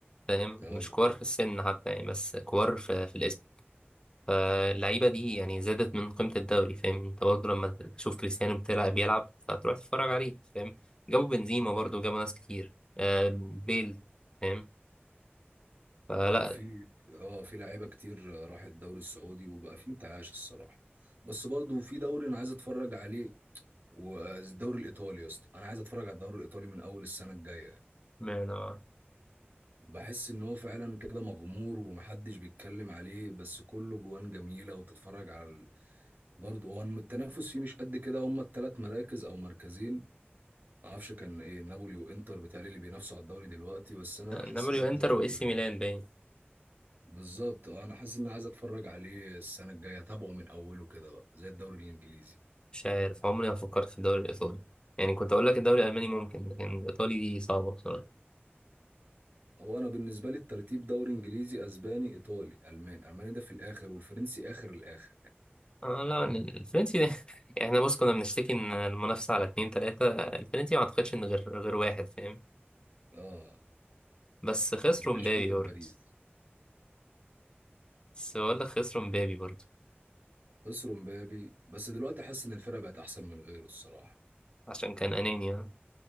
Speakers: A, on the left; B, on the right.
A: فاهم
B: اه
A: مش كبار في السن حتى يعني بس كبار في, في الاسم فاللعيبة دي يعني زادت من قيمة الدوري فاهم انت برضه لما تشوف كريستيانو بتلعب بيلعب فتروح تتفرج عليه فاهم جابوا بنزيما برضه
B: ايوه
A: جابوا ناس كتير آه بيل فاهم فلا
B: لا في اه في لعيبه كتير راحت الدوري السعودي وبقى في انتعاش الصراحه بس برضو في دوري انا عايز اتفرج عليه والدوري الايطالي يا اسطى انا عايز اتفرج على الدوري الايطالي من اول السنه الجايه
A: ما
B: بحس ان هو فعلا كده مغمور ومحدش بيتكلم عليه بس كله جوان جميله وتتفرج على برضه هو التنافس فيه مش قد كده هما التلات مراكز او مركزين ما اعرفش كان ايه نابولي وانتر بتاعي اللي بينافسوا على الدوري دلوقتي بس انا حاسس
A: نابولي
B: ان انا
A: وانتر
B: عايز اتفرج
A: واي سي
B: عليه
A: ميلان باين
B: بالظبط اه انا حاسس ان انا عايز اتفرج عليه السنه الجايه اتابعه من اوله كده بقى زي الدوري الانجليزي
A: مش عارف عمري ما فكرت في الدوري الايطالي يعني كنت اقول لك الدوري الالماني ممكن لكن الايطالي دي صعبة بصراحة
B: هو انا بالنسبه لي الترتيب دوري انجليزي اسباني ايطالي الماني الماني ده في الاخر والفرنسي اخر الاخر يعني
A: آه لا الفرنسي <laughs> احنا بص كنا بنشتكي ان المنافسة على اتنين تلاتة الفرنسي ما اعتقدش ان غير غير واحد فاهم
B: اه
A: بس خسروا
B: ما بقاش
A: مبابي
B: فيه غير
A: برضه
B: باريس
A: بس بقول لك خسروا مبابي برضه
B: خسروا مبابي بس دلوقتي حاسس ان الفرقه بقت احسن من غيره الصراحه
A: عشان كان اناني آه.